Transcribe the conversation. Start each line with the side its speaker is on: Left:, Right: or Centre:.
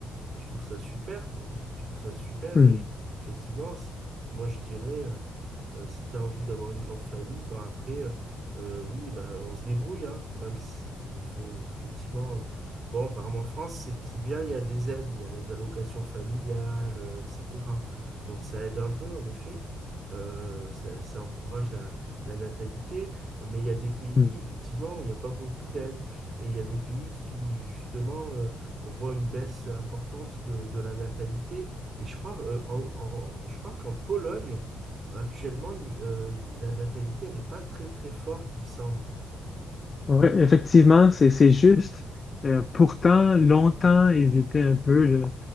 Right: Je trouve ça super. euh, Je trouve ça super.
Left: hmm,
Right: Et effectivement, si- moi, je dirais. euh, Euh, si tu as envie d'avoir une grande famille, ben après, euh, euh, oui, ben on se débrouille, hein, même s'il faut effectivement. euh, bon, apparemment en France, c'est c'est bien, il y a des aides, il y a les allocations familiales, euh, etc. Donc ça aide un peu, en effet. Euh, ça, ça encourage la, la natalité, mais il y a des pays,
Left: hmm.
Right: effectivement, où il n'y a pas beaucoup d'aides, Et il y a des pays qui, justement, euh, voient une baisse importante de, de la natalité. Et je crois, euh, en- en- je crois qu'en Pologne, Actuellement, il- euh, la natalité, elle n'est pas très très forte, il me semble.
Left: Ouais, effectivement, c'est c'est juste. Euh, pourtant, longtemps, ils étaient un peu le,